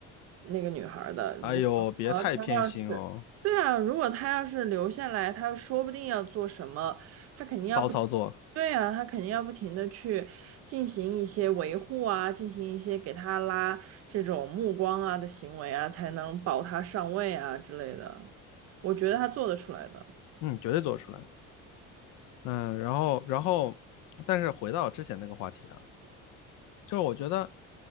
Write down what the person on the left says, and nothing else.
哎呦，
别太偏心哦，
骚操作，
嗯，绝对做出来。嗯，然后然后，但是回到之前那个话题啊，就是我觉得，